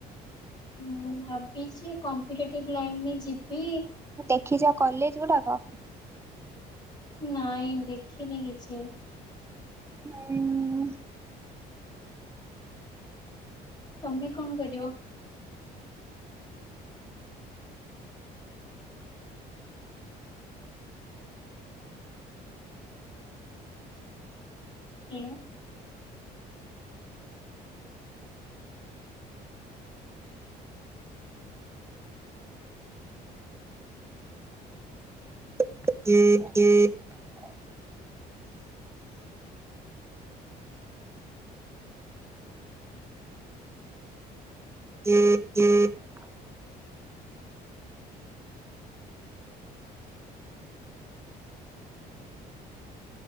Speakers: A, on the left (about 25°); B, on the right (about 15°).
A: ମୁଁ ଭାବିଚି କମ୍ପିଟେଟିଭ ଲାଇନରେ ଯିବି।
B: ଦେଖିଚ କଲେଜ ଗୁଡାକ?
A: ନାଇଁ ଦେଖିନି କିଛି।
B: ହୁଁ।
A: ତମେ କଣ କରିବ? ହାଲୋ।
B: <inaudible> <inaudible>